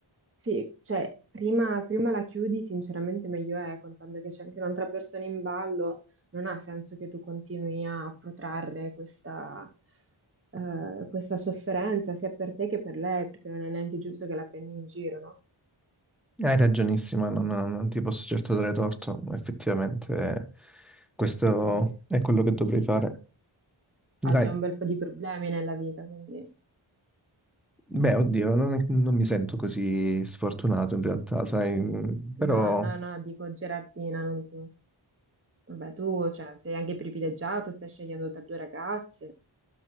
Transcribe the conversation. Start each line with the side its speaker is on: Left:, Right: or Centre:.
Right: sì, cioè, prima, prima la chiudi, sinceramente meglio è, contando che c'è anche un'altra persona in ballo, non ha senso che tu continui a protrarre questa, eh, questa sofferenza, sia per te che per lei, perché non è neanche giusto che la prendi in giro, no?
Centre: hai ragionissima, non, non- non ti posso certo dare torto, effettivamente questo
Right: Poi...
Centre: è quello che dovrei fare.
Right: cioè, ha
Centre: Dai,
Right: già un bel po' di problemi nella vita, quindi
Centre: beh, oddio, non, è- non mi sento così sfortunato in realtà, sai, mm, però
Right: no, no, no, dico Gerardina, non tu. Vabbè, tu, cioè, sei anche privilegiato, stai scegliendo tra due ragazze.